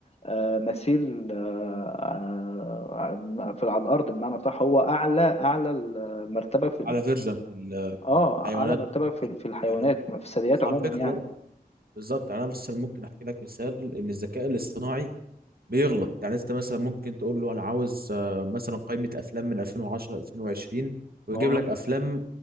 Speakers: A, on the left; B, on the right.
A: آه، مثيل آه، آه، في على الأرض بمعنى صح هو أعلى أعلى المرتبة في
B: على فيرجن في ال-
A: اه
B: في الحيوانات
A: اعلى مرتبة في في الحيوانات
B: يعني
A: في الثدييات
B: بس
A: عموما
B: على فكره
A: يعني
B: برضه بالظبط يعني انا مثلا ممكن احكي لك مثال ان الذكاء الاصطناعي بيغلط يعني انت مثلا ممكن تقول له انا عاوز آه، مثلا قائمه افلام من 2010 2020 ويجيب
A: اه
B: لك افلام